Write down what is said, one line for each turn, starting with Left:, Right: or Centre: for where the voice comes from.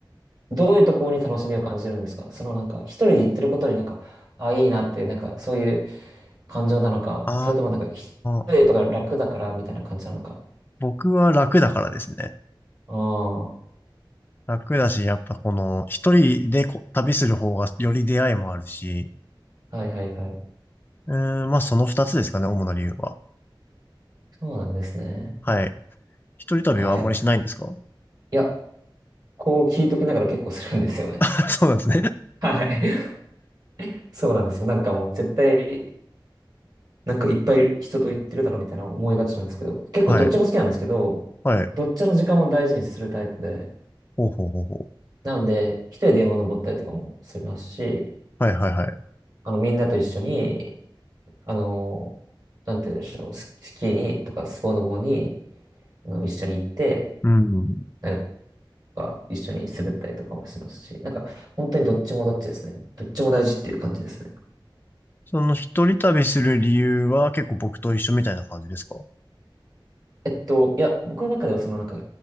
Right: どういうところに楽しみを感じるんですかそのなんか、一人で行ってることになんか、あ、いいなって、なんか、そういう感情なのか、
Left: あ
Right: それともなんか、一人でとか楽だからみたいな感じなのか。
Left: あ、僕は楽だからですね。
Right: ああ、は
Left: 楽だし、やっぱこの一人でこ旅する方がより出会いもあるし、
Right: いはいはい。
Left: うーん、まあその二つですかね、主な理由は。
Right: そうなんですね。
Left: はい。一人旅はあんまりしないんですか
Right: はい。いや、こう聞いときながら結構するんですよね。
Left: <laughs> そうなんですね。
Right: <laughs> はい。そうなんですよ。なんかもう絶対、なんかいっぱい人と行ってるだろうみたいな思いがちなんですけど、結構どっちも好きなんですけど、
Left: はい。はい。
Right: どっちの時間も大事にするタイプで、
Left: ほうほうほうほう。
Right: なんで、一人で山登ったりとかもしますし、
Left: はいはいはい。
Right: あの、みんなと一緒に、あの、なんて言うんでしょう、ス、スキーにとかスポノボに、あの、一緒に行って、
Left: うん。
Right: なんか一緒に滑ったりとかもしますし、なんか本当にどっちもどっちですね。どっちも大事っていう感じですね。
Left: その一人旅する理由は結構僕と一緒みたいな感じですか
Right: えっと、いや、僕の中ではそのなんか、